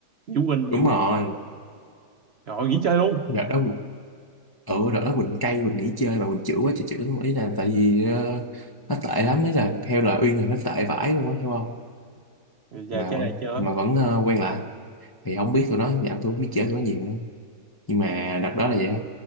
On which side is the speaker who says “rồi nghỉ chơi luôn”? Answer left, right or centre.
Right